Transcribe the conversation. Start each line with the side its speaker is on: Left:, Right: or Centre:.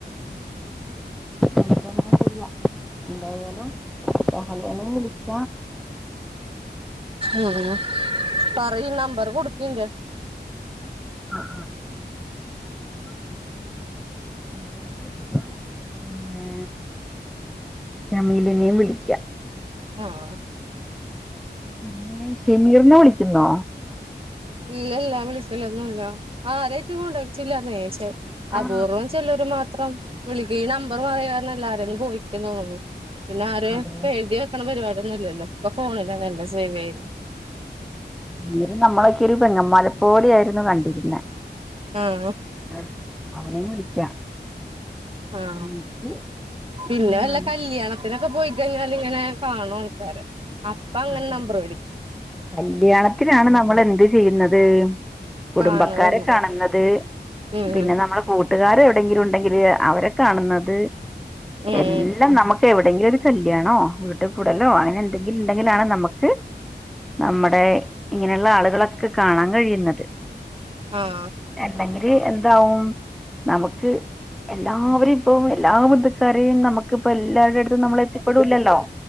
Centre: <unintelligible> എന്തായാലും ഷഹലേനെ വിളിച്ച
Right: ഉം പറയി നമ്പര് കൊടുക്കെന്റെ
Centre: ആഹ് ആഹ് അങ്ങനാണെ ആഹ് പിന്നെ നമീലേനേം വിളിക്കാം
Right: ആഹ്
Centre: പിന്ന ഷെമീറിനെ വിളിക്കുന്നോ
Right: ഇല്ലല്ലാ വിളിക്കലൊന്നൂല്ല ആരായിറ്റും കോണ്ടാക്റ്റില്ലാന്നെ ചെ
Centre: ആ
Right: അപൂർവം ചെലര് മാത്രം വിളിക്കും ഈ നമ്പർ മാറിയാരണം എല്ലാരേന്നും പോയിക്കി തോന്നുന്നു പിന്നെ ആരേം
Centre: അതെ
Right: എഴുതി വെക്കണ പരുവാടിയൊന്നു ഇല്ലല്ലോ ഇപ്പൊ ഫോണിലന്നല്ലെ സേവേയല്
Centre: വീര് നമ്മളൊക്കെ ഒരു പെങ്ങന്മാരെ പോലെയാരുന്നു കണ്ടിരുന്നെ
Right: ആഹ്
Centre: ആഹ് അവനേം വിളിക്കാം
Right: ആഹ്
Centre: എന്നിട്ട്
Right: പിന്നെ
Centre: ഉം
Right: വല്ല
Centre: നമുക്ക്
Right: കല്യാണ ത്തിനൊക്കെ പോയിക്കഴിഞ്ഞാല് ഇങ്ങനെ കാണു ആൾക്കാരെ അപ്പ അങ്ങനെ
Centre: അതെ
Right: നമ്പറേടിക്കു
Centre: കല്യാണത്തിനാണ് നമ്മളെന്ത് ചെയ്യുന്നത് കുടുംബക്കാരെ
Right: കാണതൊന്നും
Centre: കാണുന്നത്
Right: ഉം
Centre: പിന്നെ നമ്മൾ കൂട്ട് ട്ടുകാര് എവിടെങ്കിലും ഉണ്ടെങ്കില് അവരെ കാണുന്നത്
Right: ഉം
Centre: എല്ലാം നമക്ക് പക്ഷ എവിടെെങ്കിലും ഒരു കല്യാണോ വീട്ടിൽ കൂടലോ അങ്ങനെ എന്തെങ്കിലും ഉണ്ടെങ്കില ആണ് നമുക്ക് നമ്മുടെ ഇങ്ങനെയുള്ള ആളുകളൊക്കെ കാണാൻ കഴിയുന്നത്
Right: ആഹ്
Centre: അല്ലെങ്കില് എന്താവും നമുക്ക് എല്ലാവരും ഇപ്പൊ എല്ലാ ബന്ധുക്കാരെയും നമുക്കിപ്പ എല്ലാവരുടെ അടുത്തും നമ്മള എത്തിപ്പെടില്ലല്ലോ